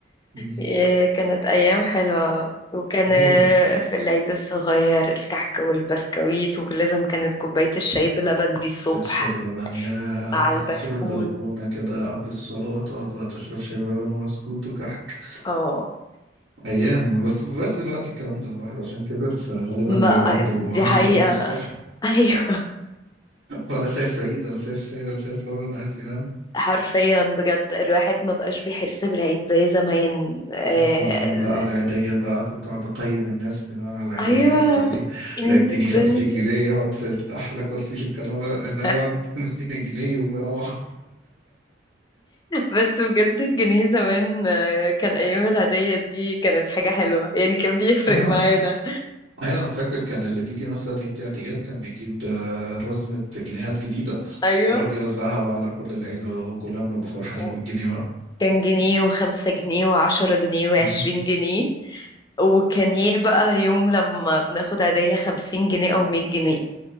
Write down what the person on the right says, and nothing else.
مم.
ايوه
بيت الشاي بلبن يا
على سور البلكونة كده قبل الصلاة تقعد بقى تشرب شاي بلبن وبسكوت وكحك
أيام بس ما بقاش دلوقتي الكلام ده الواحد عشان كبر فغالبا
بيبقى عنده
عنده
شغل الصبح
<laughs>
ولا شايف عيد ولا شايف شاي ولا شايف لبن عايز ينام
وزمان بقى العيدية بقى كنت أقعد أقيم الناس من وأنا على العيدية
اللي هيدوها لي
اللي هيديني
50 جنيه يقعد في أحلى كرسي في الكنبة
اللي هيقعد <laughs> مديني جنيه يقوم يروح
اه
ايوه انا فاكر كان اللي بيجي مثلا يدي عيديات كان بيجيب آه، رزمة جنيهات جديدة
ويقعد يوزعها بقى على كل العيلة وكلنا بنبقى فرحانين
من الجنيه
بقى